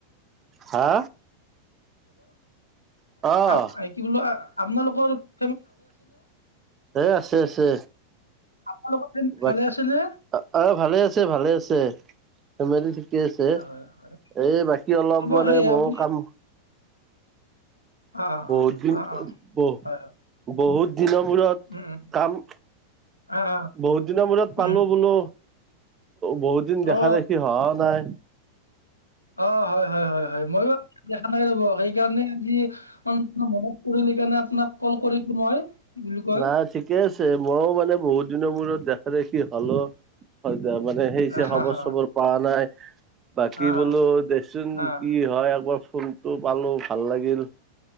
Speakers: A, on the right; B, on the left.
A: হা অ',
B: <unintelligible> <unintelligible>
A: এ আছে আছে
B: আপোনালোকৰ ফেমিলি
A: বাক,
B: ভালে আছেনে
A: অ' ভালে আছে ভালে আছে। ফেমেলি ঠিকে আছে
B: হয় হয়
A: এই বাকী অলপ
B: হ'ব
A: মানে
B: সেই
A: মোৰ
B: আপুনি
A: কাম
B: অ
A: বহুত
B: অ
A: দিন
B: অ অ
A: ব
B: হয় হয়
A: বহুত দিনৰ মূৰত
B: উম উম
A: কাম
B: অ অ
A: বহুত দিনৰ মূৰত
B: উম
A: পালো বোলো। বহুত দিন দেখা
B: অ
A: দেখি হহাও নাই
B: অ হয় হয় হয় হয় মই দেখা নাই ৰব সেইকাৰণে আজি মনত পৰিল সেইকাৰণে আপোনাক কল কৰিলো মই কি বুলি কয়
A: নাই ঠিকে আছে মইও মানে বহুত দিনৰ মূৰত দেখ দেখি হল হয় ত মানে সেই চ
B: হা
A: খবৰ
B: হা
A: চবৰ পোৱা নাই বাকী
B: আহ
A: বোলো দেচোন
B: আহ
A: কি হয় একবাৰ ফোনটো পালোঁ ভাল লাগিল